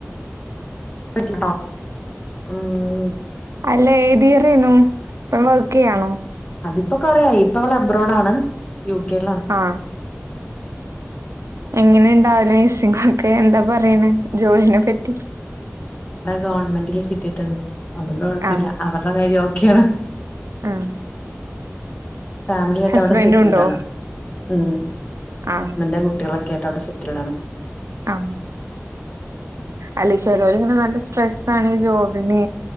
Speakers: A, on the left; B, on the right.
A: <unintelligible> ഉം
B: അല്ല ഏതിയറേനു വർക്ക് ചെയ്യാണോ
A: ഇപ്പൊ കൊറയായി ഇപ്പ അവള് അബ്രോഡ് ആണ് യൂ കെ ലാണ്
B: ആ എങ്ങനെ ഉണ്ടാവില്ല നഴ്സിംഗാണ് ഒക്കെ എന്താ പറയണ ജോലീനെ പറ്റി
A: ഗവൺമെന്റിൽ കിട്ടയിട്ടുണ്ട് അവടെ കുഴപ്പില്ല
B: ആ
A: അവരുടെ കാര്യം ഓക്കേ ക്കാണ്
B: ആ
A: ഫാമിലിയായിട്ട്
B: ഹസ്ബൻഡ്
A: അവിടെ സെറ്റിൽഡ്
B: ഉണ്ടോ
A: ആണ് ഉം
B: ആ
A: ഹസ്ബൻഡും കുട്ടികളൊക്കെ ആയിട്ട് അവിടെ സെ സെറ്റിൽടാണ്
B: ആ അല്ല ചെലൊരുങ്ങനെ നല്ല സ്ട്രെസ്സാണ് ഈ ജോബിന്